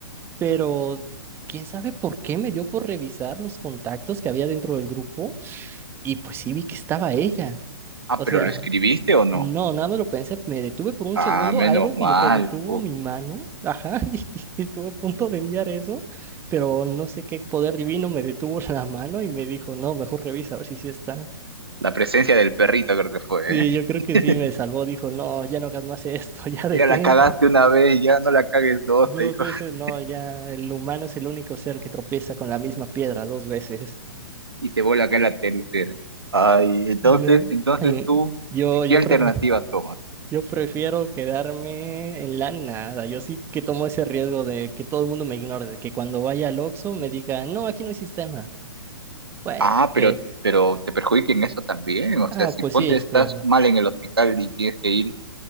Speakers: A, on the right; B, on the right.
A: pero quién sabe por qué me dio por revisar los contactos que había dentro del grupo y pues sí vi que estaba ella.
B: Ah,
A: O
B: pero
A: sea,
B: ¿lo escribiste o no?
A: no, nada más lo pensé, me detuve por un
B: Ah,
A: segundo,
B: menos
A: algo
B: mal.
A: como que detuvo
B: Uf,
A: mi mano, ajá, <laughs> y estuve a punto de enviar eso, pero no sé qué poder divino me detuvo la mano y me dijo, no, mejor revisa a ver si sí está.
B: la presencia del perrito creo que fue,
A: Sí,
B: ¿eh?
A: yo creo
B: <laughs>
A: que sí me salvó, dijo, no, ya no hagas más esto, <laughs> ya detente.
B: Ya la cagaste una vez, ya no la cagues dos,
A: Dos
B: te dijo.
A: veces,
B: <laughs>
A: no, ya el humano es el único ser que tropieza con la misma piedra dos veces.
B: Y te vuelve a caer la tercera. Ay, entonces,
A: No.
B: entonces
A: eh,
B: tú,
A: Yo,
B: ¿qué,
A: yo
B: qué alternativa
A: prefiero.
B: tomas?
A: Yo prefiero quedarme en la nada. Yo sí que tomo ese riesgo de que todo el mundo me ignore, de que cuando vaya al Oxxo me diga, no, aquí no hay sistema. Bueno,
B: Ah,
A: que,
B: pero, pero te perjudica en eso también. O
A: ah,
B: sea, si
A: pues
B: ponte
A: sí, es
B: estás
A: que,
B: mal en el hospital y tienes que ir,